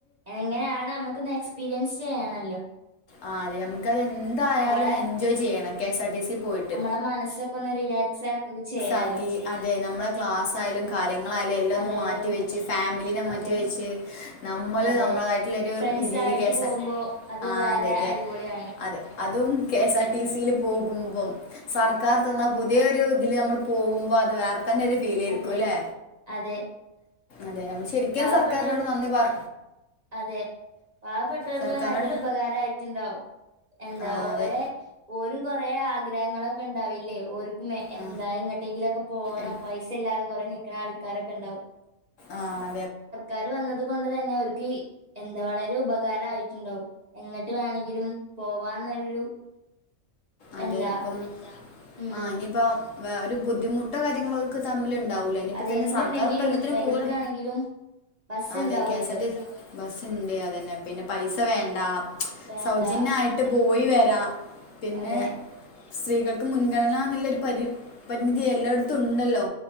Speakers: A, on the right; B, on the left.
A: എങ്ങനെയാണ് നമുക്കൊന്ന് എക്സ്പീരിയൻസ് ചെയ്യണല്ലൊ
B: ആഹ് അതെ നമുക്കത് എന്തായാലും
A: നമ്മളെ
B: എൻജോയ് ചെയ്യണം കെഎസ്ആർ ടി സി പോയിട്ട്
A: ആഹ് മനസൊ ക്കെ ഒന്ന് റിലാക്സ് ആക്കൊക്കെ ചെയ്യാലോ
B: ആക്കി അതെ നമ്മളെ ക്ലാസ്സാ യാലും കാര്യങ്ങളായാലും എല്ലാം ഒന്നു
A: അതായാലും
B: മാറ്റിവെച്ച് ഫാമിലീനെമു
A: അതെ
B: ജായിച്ച <unintelligible> നമ്മള്
A: അതെ
B: നമ്മളതായിട്ടുള്ള ഒരു
A: ഫ്രണ്ട്സ്
B: രീതിയില്
A: ആയിട്ട്
B: കെ എസ്
A: പോകുമ്പോ
B: ആർ
A: അത്
B: ആഹ്
A: വേറെ
B: അതെ കെ
A: അടിപൊളിയാണ്
B: അതെ അതും കെ എസ് ആർ ടി സിൽ പോകുമ്പം സർക്കാർ തന്ന പുതിയൊരു
A: അസ്-
B: തില് നമ്മൾ പോകുമ്പൊ അത് വേറെ തന്നെ ഒരു ഫീൽ ആയിരിക്കും
A: അതെ
B: അല്ലെ
A: അതെ
B: അതെ ശരിക്കും
A: പാവപ്പെട്ടവർ
B: സർക്കാരിനോട് നന്ദി പറ
A: അതെ പാവപ്പെട്ടവർക്കത്
B: സർക്കാരിനോട്
A: നല്ല ഉപകാരായിട്ടുണ്ടാവും എന്താ
B: ആ
A: ഓരെ
B: അതെ
A: ഓരും കൊറേ ആഗ്രഹങ്ങളൊക്കെ ഉണ്ടാവില്ലേ ഓര് എന്താ
B: ആ
A: എങ്ങട്ടെങ്കിലും ഒക്കെ പോണം
B: എ-
A: പൈസ ഇല്ലാതെ കൊറേ നിക്കണ ആൾക്കാരൊക്കെണ്ടാവും
B: ആഹ്
A: അവര് വന്നത് കൊണ്ട് തന്നെ അവർക്ക് എന്താ വളരെ ഉപകാരായിട്ടുണ്ടാവും എങ്ങിട്ട് വേണമെങ്കിലും പോവാന്നൊരു
B: അതെ
A: എന്താ
B: അപ്പം
A: ഉം
B: ആ ഇനിയിപ്പോ ഒരു ബുദ്ധിമുട്ടോ കാര്യങ്ങളോ ഒക്ക തമ്മിൽ ഉണ്ടാവൂലേ ഇനിയിപ്പ
A: അത്
B: തന്നെ
A: എന്തുണ്ടെങ്കിലും
B: സർക്കാർ ഇപ്പ എല്ലാത്തിനും
A: എവിടക്കാണെങ്കിലും
B: പോണം
A: ബസ്
B: അതെ
A: ഉണ്ടാവുമല്ലോ
B: കെ എസ് ആർ ടി ബസ്ണ്ട് അത് തന്നെ പിന്നെ പൈസ വേണ്ട
A: വേണ്ട
B: സൗജന്യായിട്ട് പോയി വരാം പിന്നെ
A: അതെ
B: സ്ത്രീകൾക്ക് മുൻഗണനാ എന്നുള്ളൊരു പരി പരിമിതി എല്ലായിടത്തും ഉണ്ടല്ലോ